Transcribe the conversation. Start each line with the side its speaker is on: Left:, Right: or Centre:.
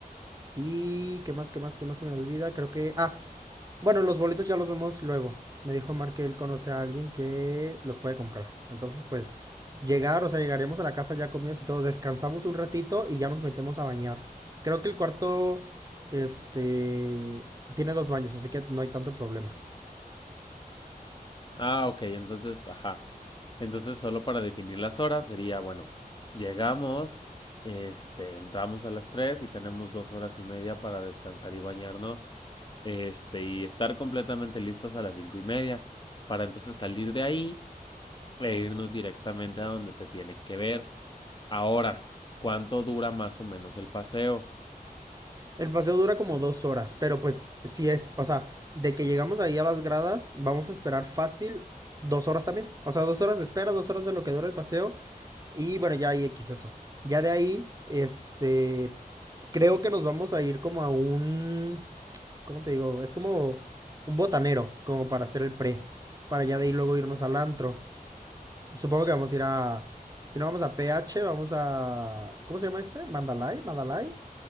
Right: Y qué más, qué más, qué más se me olvida. Creo que. Ah, bueno, los boletos ya los vemos luego. Me dijo Mar que él conoce a alguien que los puede comprar. Entonces, pues, llegar, o sea, llegaremos a la casa ya comidos y todo. Descansamos un ratito y ya nos metemos a bañar. Creo que el cuarto. Este. Tiene dos baños, así que no hay tanto problema.
Left: Ah, ok, entonces, ajá. Entonces, solo para definir las horas sería, bueno, llegamos, este, entramos a las 3 y tenemos dos horas y media para descansar y bañarnos este, y estar completamente listos a las cinco y media para entonces salir de ahí e irnos directamente a donde se tiene que ver. Ahora, ¿cuánto dura más o menos el paseo?
Right: El paseo dura como dos horas, pero pues si es, o sea, de que llegamos ahí a las gradas, vamos a esperar fácil dos horas también. O sea, dos horas de espera, dos horas de lo que dura el paseo. Y bueno, ya ahí X eso. Ya de ahí, este, creo que nos vamos a ir como a un, ¿cómo te digo? Es como un botanero, como para hacer el pre. Para ya de ahí luego irnos al antro. Supongo que vamos a ir a, si no vamos a PH, vamos a, ¿cómo se llama este? Mandalay, Mandalay.